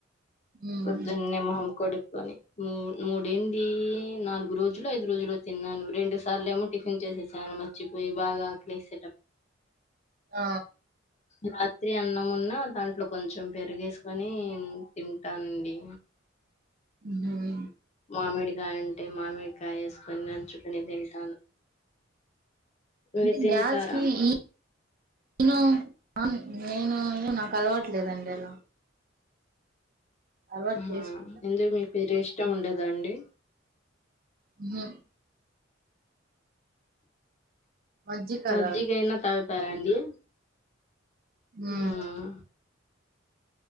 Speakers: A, on the right; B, on the left.
A: మ్మ్
B: పొద్దున్నే మొహం కొడుక్ వని నీ మూడ్ ఎంది నాలుగు మూ రోజులు ఐదు రోజులు తిన్నాను రెండు సార్లు ఏమో టిఫిన్ చేసేసాను మర్చిపోయి బాగా ఆకలేసేటప్
A: ఆ
B: రాత్రి అన్నంమున్న దాంట్లో కొంచెం పెరిగేసుకొని తింటానండి
A: ఉన్నాయా
B: మామిడికాయ అంటే మామిడికాయ వేసుకొని నంచుకుని తింటాను మీరు
A: అంటే
B: తింటారా?
A: గ్యాస్ కి ఈ ఈనో ఆ నేను నాకు అలవట్లేదండి అలా అలవాటు
B: ఆహా
A: చేసుకుంటా
B: ఇంగేమి పేరే ఇష్టం ఉండదా అండి
A: ఉమ్మ్మ్ మజ్జిగ కాదా
B: మజ్జిగయినా తాగ్ కాదండి
A: ఉమ్
B: మ్మ్